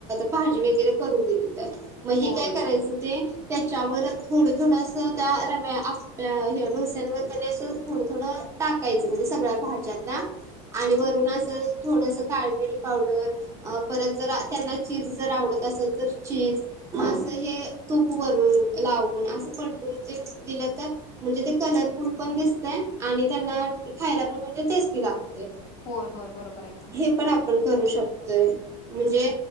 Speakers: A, on the right; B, on the left.
A: भाजी वगैरे करून दिली तर, मग हे
B: होय
A: काय करायचं ते. त्याच्यावर थोडं थोडं अस त्या रव्या आप्या ह डोस्यांवर त्यानी असं थोडं थोडं टाकायचं म्हणजे सगळ्या भाज्याना आणि वरून असं थोडस काळमिरी पावडर. अ परत जर त्यांना चीज जर आवडत असेल तर चीज. म असं हे तूप वरून लावून असं पलटून ते दिलं तर म्हणजे ते कलरफुल पण दिसतय आणि त्यांना खायला पण म्हणजे टेस्टी लागते.
B: होय होय बरोबर आहे की.
A: हे पण आपण करू शकतोय. म्हणजे